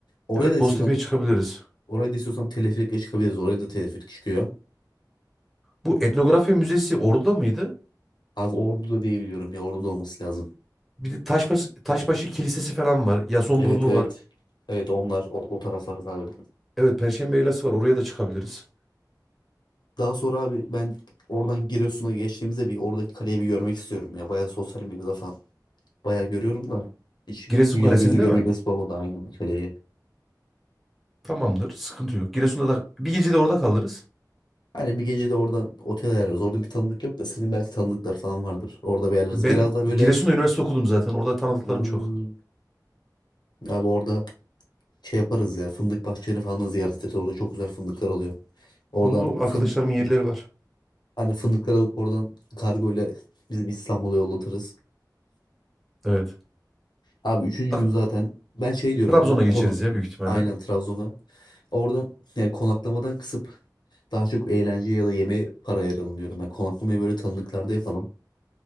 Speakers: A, on the left; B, in the centre.
A: Oraya
B: Evet
A: da istiyorsan
B: Boztepe'ye çıkabiliriz.
A: oraya da istiyorsan teleferikle çıkabiliriz. Oraya da teleferik çıkıyor.
B: Bu etnografya müzesi orada mıydı?
A: Abi Ordu'da diye biliyorum ya Ordu'da olması lazım.
B: Bir de Taşbaşı, Taşbaşı Kilisesi falan var. Yasonburnu
A: Evet evet.
B: var.
A: Evet onlar o, o taraflarda abi.
B: Evet Perşembe Yaylası var. Oraya da çıkabiliriz.
A: Daha sonra abi ben oradan Giresun'a geçtiğimizde bir oradaki kaleyi bir görmek istiyorum ya. Bayağı sosyal medyada falan bayağı görüyorum da hiç
B: Giresun
A: dünya
B: Kalesi'nde
A: gözü görmek
B: mi?
A: nasip olmadı aynı kaleyi.
B: Tamamdır. Sıkıntı yok. Giresun'da da bir gece de orada kalırız.
A: Hani bir gece de orada otel ayarlarız. Orada bir tanıdık yok da senin belki tanıdıklar falan vardır. Orada bir ayarlarız.
B: Ben
A: Biraz daha böyle
B: Giresun'da üniversite okudum zaten. Orada tanıdıklarım
A: hmm,
B: çok.
A: abi orada şey yaparız ya. Fındık bahçelerini falan da ziyaret ederiz. Orada çok güzel fındıklar oluyor. Oradan
B: Onu arkadaşlarımın
A: fın
B: yerleri var.
A: hani fındıklar alıp oradan kargo ile bizim İstanbul'a yollatırız.
B: Evet.
A: Abi üçüncü
B: Bak,
A: gün zaten ben şey diyorum
B: Trabzon'a
A: bu konu
B: geçeriz ya büyük ihtimalle.
A: aynen Trabzon'a. Oradan yani konaklamadan kısıp daha çok eğlence ya da yemeğe para ayıralım diyorum. Yani konaklamayı böyle tanıdıklarda yapalım.